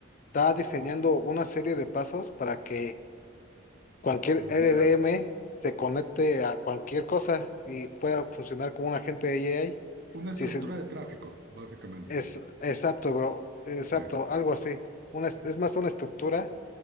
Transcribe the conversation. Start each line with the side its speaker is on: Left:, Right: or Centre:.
Left: Está diseñando una serie de pasos para que cualquier LLM
Right: Ya.
Left: se conecte a cualquier cosa y pueda funcionar como un agente de AI.
Right: Una estructura
Left: Si se-
Right: de tráfico, básicamente.
Left: es, es apto, bro. Es
Right: Sí.
Left: apto, algo así. Una, es es más una estructura,